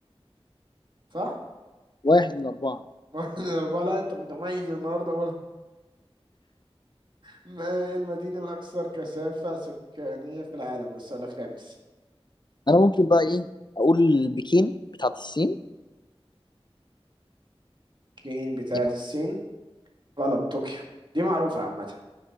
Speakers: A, on the right; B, on the left.
A: صح؟
B: واحد من أربعة
A: <laughs> واحد من أربعة لا أنت متميز النهاردة برضه ما هي المدينة الأكثر كثافة سكانية في العالم ده السؤال الخامس
B: أنا ممكن بقى إيه أقول بكين بتاعت الصين
A: الصين بتاعت
B: يعني
A: الصين غلط طوكيو دي معروفة عامة